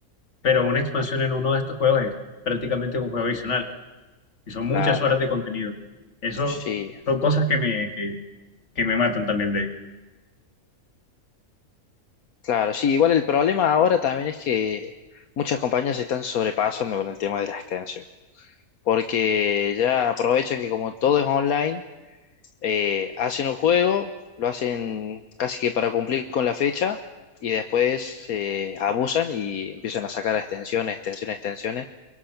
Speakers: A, on the left; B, on the left.
A: Pero una expansión en uno de estos juegos es prácticamente un juego adicional y son muchas
B: claro,
A: horas de contenido. Eso
B: sí,
A: son cosas que me, que, que me matan también
B: claro, sí. Igual el problema ahora también es que muchas compañías se están sobrepasando con el tema de la extensión, porque ya aprovechan que como todo es online, eh, hacen un juego, lo hacen casi que para cumplir con la fecha y después eh, abusan y empiezan a sacar extensiones, extensiones, extensiones.